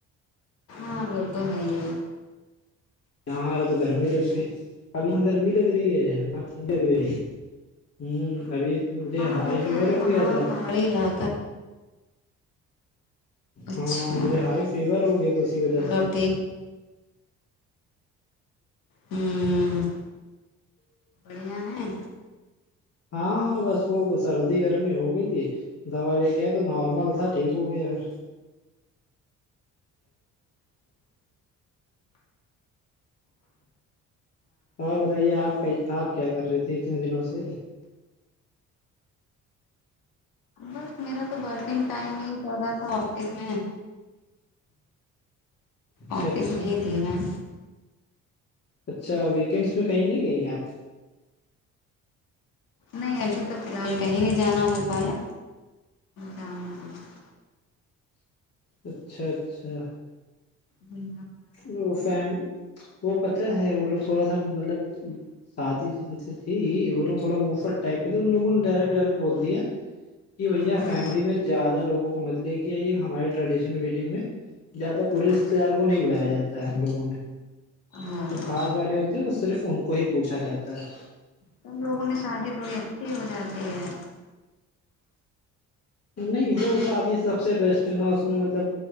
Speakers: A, on the left (about 75°); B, on the left (about 45°).
A: ہاں وہ تو ہے ہی ہے
B: یہاں آ رہا تو گرمی لگ گئی اب یہاں گرمی لگ رہی ہے وہاں ٹھنڈی لگ رہی ہمم ابھی مجھے
A: ہاں
B: ہائی
A: وہ تو
B: فیور
A: ہے
B: ہو
A: وہاں
B: گیا تھا
A: پہاڑی علاقہ
B: ہاں
A: اچھا
B: مجھے ہائی فیور ہو گیا تو اسی وجہ
A: چلو
B: سے
A: ٹھیک ہوں کیا ہے
B: ہاں بس وہ سردی گرمی ہو گئی تھی دوا لے کے تو نارمل تھا ٹھیک ہو گیا پھر اور بتائیے آپ کا آپ کیا کر رہی تھی اتنے دنوں سے
A: بس میرا تو ورکنگ ٹائم ہی چل رہا تھا آفس میں
B: اچھا
A: آفس
B: اچھا
A: میں تھی میں
B: اچھا ویکینڈس میں کہیں نہیں گئی ہیں آپ
A: نہیں ابھی تو فلحال کہیں نہیں جانا ہو پایا جاؤں گی
B: اچھا اچھا
A: جی
B: وہ فیم وہ پتہ ہے وہ لوگ تھوڑا سا مطلب شادی تھی وہ لوگ تھوڑا مہفٹ ٹائپہ تھے ان لوگوں نے ڈائریکٹ ڈائریکٹ بول دیا کہ بھیا
A: ہوں
B: فیملی میں زیادہ لوگوں کو متلے کے یہ ہمارے ٹریڈیشنل ویڈنگ میں زیادہ پوری
A: اچھا
B: رشتےدار کو نہیں لیا جاتا ہے ہم لوگوں میں
A: ہاں
B: جو خاص والے ہوتے ہیں وہ صرف ان کو ہی پوچھا جاتا ہے
A: سم لوگوں میں شادی تھوڑی اچھی ہو جاتی ہے
B: نہیں وہ شادی سب سے بیسٹ ہے نا اس میں مطلب